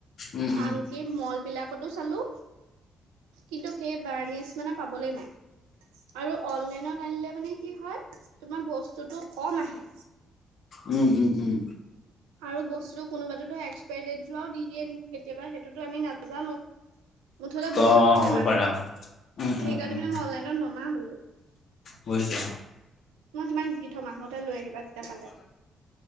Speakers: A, on the left; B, on the right.
A: উম, উম,
B: আনকি ম'ল বিলাকতো চালোঁ, কিন্তু সেই বাৰ্নিচ মানে পাবলৈ নাই। আৰু অনলাইনত আনিলে মানে কি হয়? তোমাৰ বস্তুটো কম আহে।
A: উম, উম, উম।
B: আৰু বস্তুটো কোনোবাতোটো ধৰ, এক্সপাৰী ডেট যোৱাও দি দিয়ে নেকি কেতিয়াবা? সেইটোতো আমি নাজানো। মুঠতে
A: ত'
B: বস্তুটো কম
A: হ'ব
B: আহে,
A: পাৰে অ'।
B: সেইকাৰণে
A: উম, উম, উম
B: মানে মই অনলাইনত ননা হ'লো।
A: বুজিছোঁ।
B: মই তোমাক দি থ'ম, আহোতে লৈ আহিবা তেতিয়া পালে।